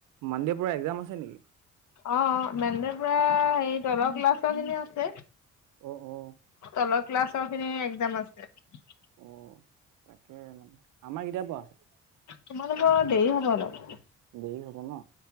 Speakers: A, on the right; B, on the left.
A: মানডেৰ পৰা এক্সাম আছে নেকি?
B: অ', অ', মেন্দেৰ পৰা, হেৰিত অলপ ক্লাছ চাজ এনে আছে।
A: অ-অ।
B: তলৰ ক্লাছৰ খিনি এক্জাম আছে। এ
A: অ, তাকে-মানে, আমাৰ কেতিয়া-পা আছে?
B: তোমালোকৰ দেৰি হব অলপ।
A: দেৰি হ'ব ন?